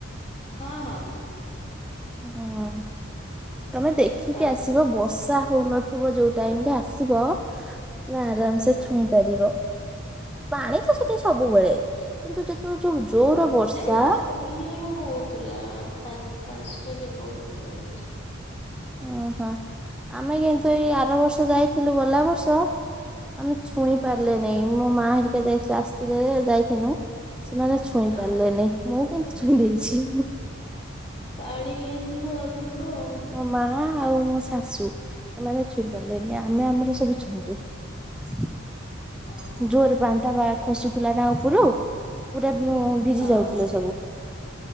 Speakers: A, on the left (about 30°); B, in the centre.
A: ହଁ ହଁ।
B: ହୁଁ ତମେ ଦେଖିକି
A: ପାଞ୍ଚ
B: ଆସିବ ବର୍ଷା। ହଉନଥିବ ଯୋଉ ଟାଇମ ରେ ଆସିବ ତୁମେ ଆରାମ ସେ
A: ହଁ
B: ଛୁଇଁ ପାରିବ। ପାଣି ତ ସେଠି ସବୁବେଳେ। କିନ୍ତୁ ଯେତେବେଳେ ଯୋଉ
A: ହଁ
B: ଜୋର ବର୍ଷା
A: ନାଇ ଛୁଇଁ ହଉଥିଲା ପା ପାଞ୍ଚଟା ଲିଙ୍ଗକୁ ଛୁଇଁ ଆଇଛି।
B: ଓହୋ ଆମେ କିନ୍ତୁ ଏଇ ଆର ବର୍ଷ ଯାଇଥିଲୁ ଗଲା ବର୍ଷ। ଆମେ ଛୁଇଁ
A: ହଁ
B: ପାରିଲେ ନାଇଁ ମୋ ମା ହେରିକା ଯାଇ ଆସିଥିଲେ ଯେ ଯାଇଥିନୁ। ସେମାନେ ଛୁଇଁ
A: ହଁ
B: ପାରିଲେନି ମୁଁ କିନ୍ତୁ ଛୁଇଁ ଦେଇଛି।
A: ପାଣି ହେଇଥିବ ଅଧିକ ଆଉ।
B: ମୋ ମା ଆଉ ମୋ ଶାଶୁ ଏମାନେ ଛୁଇଁ ପାରିଲେନି ଆମେ ଆମର ସବୁ ଛୁଇଁଛୁ। <inaudible>
A: ଆଉ।
B: ଜୋରେ ପାଣିଟା ବା ଖସୁଥିଲୁଥିଲା ନା ଉପରୁ। ପୁରା ଭିଜି
A: ହଁ
B: ଯାଉଥିଲେ
A: ହଁ
B: ସବୁ।